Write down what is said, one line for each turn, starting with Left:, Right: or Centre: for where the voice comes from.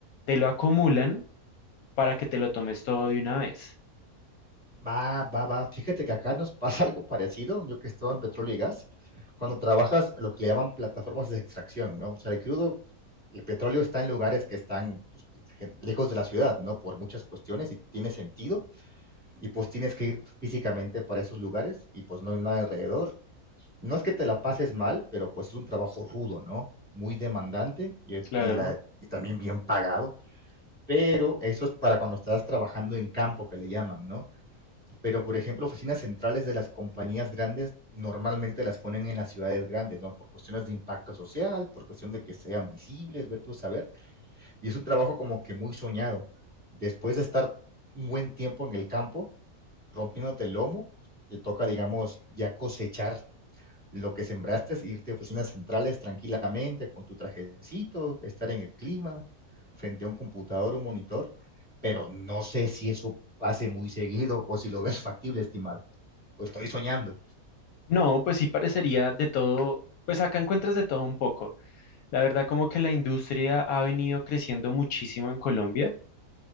Left: te lo acumulan para que te lo tomes todo de una vez.
Centre: Va, va, va. Fíjate que acá nos <laughs> pasa algo parecido. Yo que estaba en petróleo y gas, cuando trabajas lo que le llaman plataformas de extracción, ¿no? O sea, el crudo, el petróleo está en lugares que están pues, je- lejos de la ciudad, ¿no? Por muchas cuestiones y tiene sentido. Y pues tienes que ir físicamente para esos lugares y pues no hay nada alrededor. no es que te la pases mal, pero pues es un trabajo rudo, ¿no? Muy demandante y,
Left: Claro.
Centre: y la, y también bien pagado, pero eso es para cuando estás trabajando en campo, que le llaman, ¿no? Pero, por ejemplo, oficinas centrales de las compañías grandes normalmente las ponen en las ciudades grandes, ¿no? Por cuestiones de impacto social, por cuestión de que sean visibles, ver tú a saber, y es un trabajo como que muy soñado. Después de estar un buen tiempo en el campo, rompiéndote el lomo, pues, te toca, digamos, ya cosechar lo que sembraste es irte a oficinas centrales tranquilamente con tu trajecito, estar en el clima, frente a un computador o un monitor, pero no sé si eso pase muy seguido o si lo ves factible, estimado, o estoy soñando.
Left: No, pues sí parecería de todo, pues acá encuentras de todo un poco. La verdad como que la industria ha venido creciendo muchísimo en Colombia.